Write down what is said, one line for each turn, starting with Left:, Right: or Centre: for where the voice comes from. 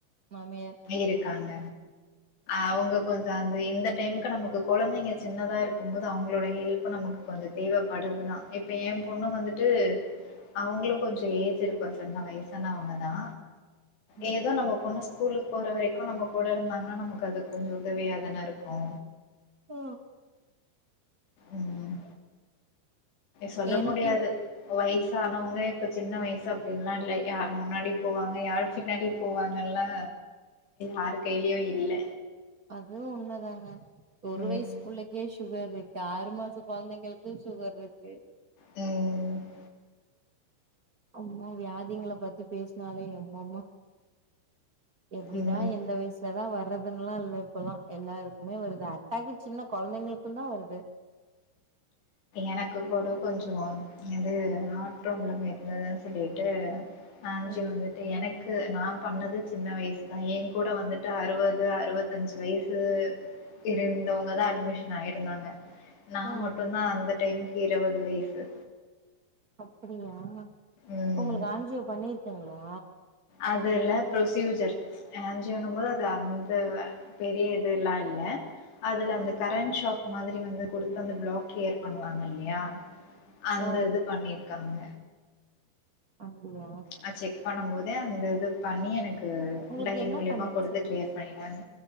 Right: மாமியார்
Left: இருக்காங்க அவங்க
Right: ம்
Left: கொஞ் இந்த டைமுக்கு நமக்கு கொழந்தைங்க சின்னதாக இருக்கும் போது அவங்களோட ஹெல்ப் நமக்கு கொஞ்சோ தேவப்படுதுதா இப் இப்ப ஏ பொண்ணு வந்துட்டு அவங்களு கொஞ்சோ ஏஜ்ஜுடு பார்சன் வயசானவங்கதா
Right: ம்
Left: ஏதோ நம்ம பொண்ணு ஸ்கூலுக்கு போற வரைக் கு நம்ம கூட இருந்தாங்கன்னா நமக்கு அது கொஞ்சோ உதவியா தான இருக்கு
Right: ஆ
Left: ம் சொல்ல
Right: எனக்கு
Left: முடியாது வயசானவங்க இப்ப சின்ன வயசு அப்டின்ல்லா இல்ல யாரு முன்னாடி போவாங்க யாரு பின்னாடி போவாங்கல்லன்லா யாரு கையிலயு இல்ல
Right: அது உண்மதாங்க ஒரு
Left: ம்.
Right: வயசு புள்ளைக்கே சுகர் இருக் ஆறு மாச கொழந்தைங்களுக்கு சுகர் இருக்கு
Left: ம்
Right: அம்மா வியாதிங்கள பத்தி பேசினாலே எம்மம்மா எப்டிதா
Left: ம்.
Right: இந்த வயசு இப்ப தா வர்றதுன்லா இல்ல இப்பெல்லா எல்லாருக்குமே வருது அட்டாக்கு சின்ன கொழந்தைங்கக்கு தா வருது
Left: எனக்கு கூட கொஞ்சோ இது ஹார்ட் பிராப்ளம் இருந்ததா சொல்லிட்டு ஆஞ்சு
Right: ம்
Left: வந்துட்டு எனக் க்கு நா பண்ணது சின்ன வயசுதா ஏ கூட வந்துட்டு அறுவது அறுவத்தஞ்சு வயசு இருந்தவங்கதா அட்மிஷன் ஆயிருந்தாங்க நா
Right: ஆ
Left: மட்டுந்தா அந்த டைமுக்கு இருவது வயசு
Right: அப்பிடியா
Left: ம்
Right: உங்களுக்கு ஆஞ்ஜியோ பண்ணிருக்கீங்களா
Left: அதுல்ல புரொஸ்யூஜர் ஆஞ்சியோண்ணு போது அது அந்த பெரிய இது எல்லா இல்ல அதுல அந்த
Right: ஆ
Left: கரண்ட் ஷாக் மாதிரி வந்து குடுத்து அந்த பிளாக் கிளியர் பண்ணுவாங்க இல்லயா அந்த
Right: ஓ
Left: இது பண்ணிருக்காங்க
Right: அப்பிடியா
Left: ஆ செக் பண்ணும் போதே அந்த இது பண்ணி எனக்கு
Right: உங்களுக்கு
Left: டை
Right: என்ன
Left: மூலியமா
Right: பண்ணுச்சு
Left: குடுத்து கிளியர் பண்ணிட்டாங்க